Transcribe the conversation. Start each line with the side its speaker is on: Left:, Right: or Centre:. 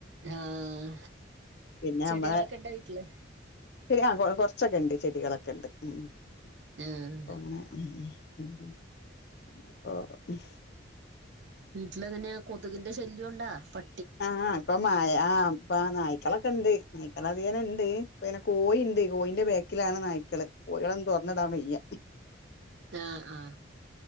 Right: ആഹ്
Left: പിന്നെ
Right: ചെടികളൊക്കെ
Left: നമ്മളെ
Right: ഇണ്ടോ വീട്ടില്
Left: <unintelligible> ആ കൊ കൊറച്ചൊക്കെണ്ട് ചെടികളൊക്കെ ഇണ്ട് ഉം ഉം
Right: ആഹ്
Left: അപ്പൊ അങ്ങനെ ഉം ഉം ഉം ഉം അപ്പൊ ഉം
Right: വീട്ടിലങ്ങനെ കൊതുകിന്റെ ശല്യുണ്ടോ പ
Left: ആഹ് ഇപ്പൊമായ ആ ഇപ്പ നായ്ക്കളൊ ക്കെണ്ട് നായ്ക്കളെധിക ഇണ്ട് ഇപ്പങ്ങനെ കോയി ഇണ്ട് കോയിന്റെ ബേക്കിലാണ് നായ്ക്കള് കോഴികള തൊറ്ന്ന്ടാ വെയ്യ
Right: ങ്ങാ ആഹാ